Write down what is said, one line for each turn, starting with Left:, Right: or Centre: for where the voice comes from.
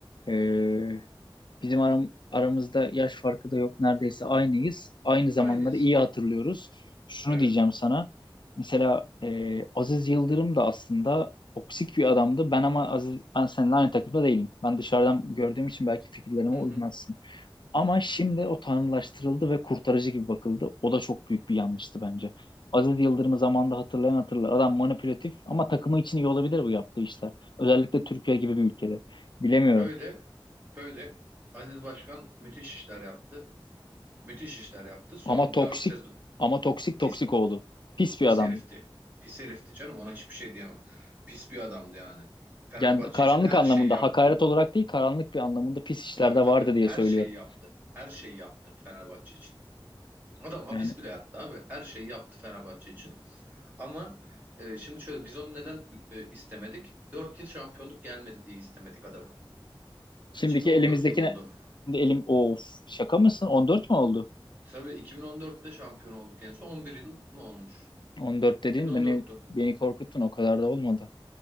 Left: Ee, bizim aram- aramızda yaş farkı da yok. Neredeyse aynıyız. Aynı zamanları
Right: Aynıyız.
Left: iyi hatırlıyoruz. Şunu
Right: Evet.
Left: diyeceğim sana. Mesela e, Aziz Yıldırım da aslında toksik bir adamdı. Ben ama Aziz, ben seninle aynı takımda değilim. Ben dışarıdan gördüğüm için belki fikirlerime
Right: Hı
Left: uymazsın.
Right: hı.
Left: Ama şimdi o tanrılaştırıldı ve kurtarıcı gibi bakıldı. O da çok büyük bir yanlıştı bence. Aziz Yıldırım'ı zamanında hatırlayan hatırlar. Adam manipülatif ama takımı için iyi olabilir bu yaptığı işler. Özellikle Türkiye gibi bir ülkede. Bilemiyorum.
Right: Böyle böyle Aziz Başkan müthiş işler yaptı. Müthiş işler yaptı. Son
Left: Ama toksik
Right: 4 sezon.
Left: ama toksik
Right: Pis
Left: toksik oğlu. Pis bir
Right: Pis
Left: adam.
Right: herifti. Pis herifti canım ona hiçbir şey diyemem. Pis bir adamdı yani. Fenerbahçe
Left: Yani karanlık
Right: için her
Left: anlamında
Right: şeyi yaptı.
Left: hakaret olarak değil karanlık bir anlamında pis işlerde
Right: Tabii tabii
Left: vardı diye
Right: her
Left: söylüyorum.
Right: şeyi yaptı. Her şeyi yaptı Fenerbahçe için. Adam hapis
Left: Yani
Right: bile yattı abi. Her şeyi yaptı Fenerbahçe için. Ama e, şimdi şöyle biz onu neden e, istemedik? 4 yıl şampiyonluk gelmedi diye istemedik adamı.
Left: şimdiki
Right: Şimdi 14
Left: elimizdekine
Right: yıl oldu.
Left: şimdi elim of şaka mısın? 14 mü oldu?
Right: Tabii 2014'te şampiyon olduk en son. on bir yıl mı olmuş?
Left: 14 dediğin
Right: 2014'tü.
Left: beni beni korkuttun o kadar da olmadı.